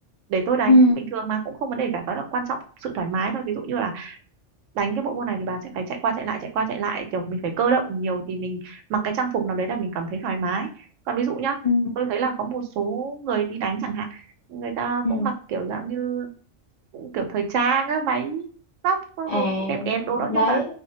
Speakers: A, on the right (about 80°); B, on the left (about 70°).
A: để tôi đánh
B: ừ
A: bình thường mà cũng không vấn đề cả đó là quan trọng sự thoải mái thôi ví dụ như là đánh cái bộ môn này thì bà sẽ phải chạy qua chạy lại chạy qua chạy lại kiểu mình phải cơ động nhiều thì mình mặc cái trang phục nào đấy là mình cảm thấy thoải mái còn ví dụ nhá
B: ừ
A: tôi thấy là có một số người đi đánh chẳng hạn người ta
B: ừ
A: cũng mặc kiểu dạng như cũng kiểu thời trang á váy tóc các
B: à
A: thứ cũng đẹp đẹp đồ đó nhưng
B: đấy
A: mà